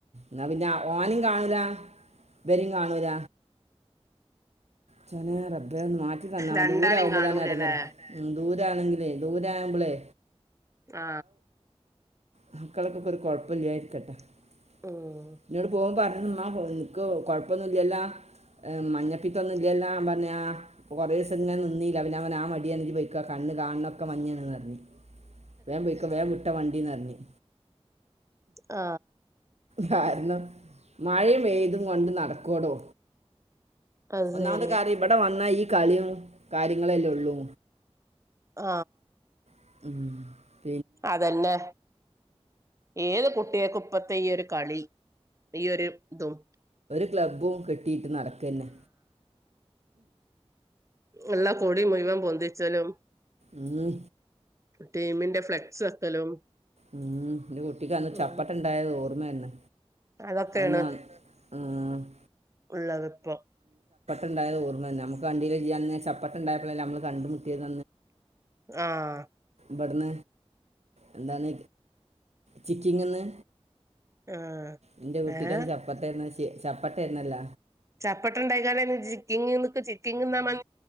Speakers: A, on the right; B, on the right.
A: ന്നാ പിന്നെ ഓനിം കാണൂല വനിം കാണൂല ചോനെ റബ്ബേ ഒന്ന് മാറ്റി തന്നാമതി
B: രണ്ടാളീം
A: ദൂരാവുമ്പോ
B: കാണൂലല്ലേ
A: ഇതാണ് എടങ്ങേറ് ദൂരാണെങ്കിലേ ദൂരാവ്മ്പളേ
B: ആ
A: മക്കൾക്കെക്കെ ഒരു കൊഴപ്പല്ലായിരിക്കട്ടേ ന്നോട്
B: ഉം
A: പോവും പർഞ് എന്നാ പോരെ നിക്കു കൊഴപ്പൊന്നുല്ലല്ലോ എ മഞ്ഞപ്പീത്തൊന്നു ഇെല്ലാം പറഞ്ഞ കൊറ ദിവസം ഇങ്ങനെ നിന്നീല്ല അവ അവൻ ആ മടിയണ് പോയ്ക്ക കണ് കാണൊക്കെ മഞ്ഞ പറഞ് <unintelligible> വേഗം വിട്ട വണ്ടി <unintelligible>
B: ആ
A: കാരണം മഴയും പെയ്തും കൊണ്ട് നടക്കൂടോ
B: അത്
A: ഒന്നാമത്തെ
B: ശരി
A: കാര്യം ഇവിടെ വന്ന ഈ കളിയും കാര്യങ്ങളല്ല ഉള്ളൂ
B: ആ
A: <inaudible>
B: അതന്നെ ഏത് കുട്ടികൾക്കും ഇപ്പത്തെ ഈ ഒരു കളി ഈ ഒരു ഇതും
A: ക്ലബും കെട്ടീട്ട് നട്ക്കെന്നെ
B: എല്ലാ കൊടി മുഴുവൻ പൊന്തിച്ചലും
A: ഉം
B: ടീമിന്റെ ഫ്ലെക്സ് വെക്കലും
A: ഉം എന്റെ കുട്ടിക്കന്ന്
B: ഉം
A: ചപ്പട്ട ഉണ്ടായത് ഓർമ്മ തന്നെ
B: അതൊക്കെയാണ്
A: ന്ന <unintelligible>
B: ള്ള വപ്പ
A: ഉണ്ടായത് ഓർമ്മ തന്നെ നമുക്ക് വണ്ടീന്ന് ചപ്പട്ട ഉണ്ടായപ്പോ നമ്മള് കണ്ടു മുട്ടിയത്
B: ആഹ
A: വടന എന്താണ് ചിക്കിങ്ങന്ന്
B: ആഹ്
A: എന്റെ കുട്ടിക്കന്ന്
B: ഏഹ്
A: ചപ്പട്ട <unintelligible> ചപ്പട്ട തന്നല്ല
B: ചപ്പട്ടുണ്ടായി കാല ചിക്കിങ്ങ നി ചിക്കിങ്ങ <inaudible>